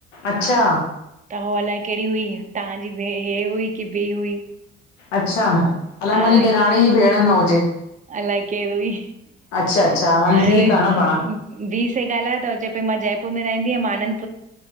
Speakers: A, on the left; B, on the right.
A: अच्छा
B: त उहो अलाए कहिड़ी हुई, तहांजी भे हे हुई की ॿी हुई!
A: अच्छा, अलाए
B: हा
A: मुंजी ॾेराणी जी भेंण न हुजे!
B: अलाए केर हुई,
A: अच्छा अच्छा हल
B: हाणे
A: ठीकु
B: वरी
A: आहे न पाण
B: ॿी शै ॻाल्हयो त चए पई मां जयपुर में रहंदी आहियां, मांआनंद